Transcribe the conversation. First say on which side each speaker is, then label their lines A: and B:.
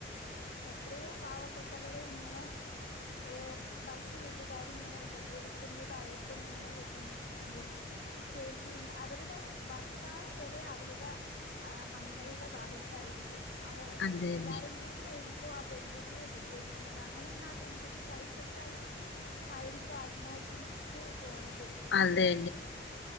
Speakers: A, on the left (about 65°); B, on the left (about 85°).
A: എത്രയോ പാവപ്പെട്ടവരെ ഇങ്ങനെ ഏ ഭർ ത്ത് വീട്ടുകാര് ഇങ്ങനെ ഉപദ്രവിക്കുന്നതായിട്ടും ഇങ്ങനെ കേൾക്കുന്നുണ്ട്. ക്ക് അവരുടെ ഭർത്താവ് വരെ അവരുടെ അ അമ്മയുടെ ഭാഗത്തായിരിക്കും. അവ
B: അതെ
A: എല്ലാര്
B: അതെ
A: കൂടെ ആയിരിക്കോ ആ പെൺകുട്ടിയെ ഉപദ്രവിക്കുന്നത് അങ്ങനെയാണ് ആ പെൺകുട്ടി സഹി കെട്ടായിരിക്കും ആത്മഹത്യക്ക് പോണത്
B: അതെ